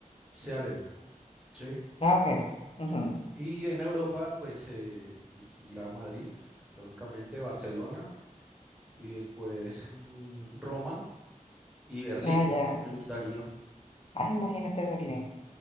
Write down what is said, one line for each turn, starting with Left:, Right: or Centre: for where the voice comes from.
Centre: Seattle, ¿sí?
Left: Ah, ok. Ujú.
Centre: Y en Europa pues eh, i- ir a Madrid, lógicamente Barcelona y después mm, Roma y Berlín
Left: Ah, ya.
Centre: me gustaría.
Left: Ah, imagínate Berlín.